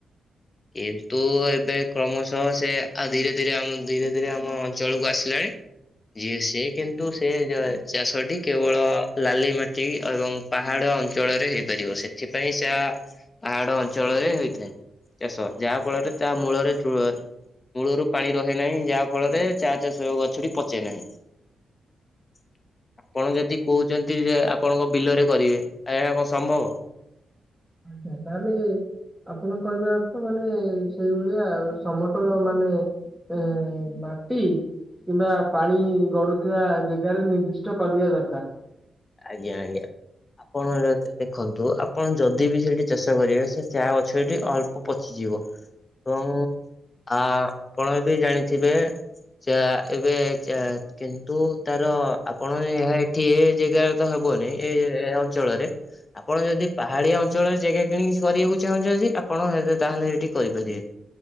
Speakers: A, on the left; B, in the centre.
A: କିନ୍ତୁ ଏବେ କ୍ରମଶଃ ସେ ଆ ଧୀରେ ଧୀରେ ଆମ୍ ଧୀରେ ଧୀରେ ଆମ ଅଞ୍ଚଳକୁ ଆସିଲାଣି । ଯିଏ ସେ କିନ୍ତୁ ସେ ଜ ଚାଷଟି କେବଳ ଲାଲି ମାଟି ଏବଂ ପାହାଡ ଅଞ୍ଚଳରେ ହେଇପାରିବ ସେଥିପାଇଁ ଚା ପାହାଡ ଅଞ୍ଚଳରେ ହେଇଥାଏ । ଚାଷ ଯାହା ଫଳରେ ତା ମୂଳରେ ଚୂଆ ମୂଳରୁ ପାଣି ରହେ ନାହିଁ ଯାହା ଫଳରେ ଚା ଚାଷ ଗଛଟି ପଚେ ନାହିଁ । <inaudible> ଆପଣ ଯଦି କହୁଚ଼ନ୍ତି ଯେ ଆପଣଙ୍କ ବିଲରେ କରିବେ ଏହା କଁ ସମ୍ଭବ?
B: ଆଚ୍ଛା ତାହେଲେ ଆପଣ କହିବା ଅର୍ଥ ମାନେ ସେଇଭଳିଆ ସମତଳ ମାନେ ଏ ମାଟି କିମ୍ବା ପାଣି ଗଡୁଥିବା ଜାଗାରେ ନିର୍ଦ୍ଦିଷ୍ଟ କରିବା ଦରକାର ।
A: ଆଜ୍ଞା ଆଜ୍ଞା । ଆପଣ ଯଦ୍ ଦେଖନ୍ତୁ ଆପଣ ଯଦି ବି ସେଠି ଚାଷ କରିବେ ସେ ଚା ଗଛଟି ଅଳ୍ପ ପଚି ଯିବ ଏବଂ ଆ ଆପଣ ବି ଜାଣିଥିବେ ଚା ଏବେ ଚା କିନ୍ତୁ ତାର ଆପଣ ଏହା ଏଠି ଏ ଯେ ଗାରେ ତ ହବନି ଏ ଏ ଅଞ୍ଚଳରେ ଆପଣ ଯଦି ପାହାଡିଆ ଅଞ୍ଚଳରେ ଜାଗା କିଣିକି କରିବାକୁ ଚାହୁଁଚ଼ନ୍ତି ଆପଣ ତାହେଲେ ଏଇଠି କରିପାରିବେ ।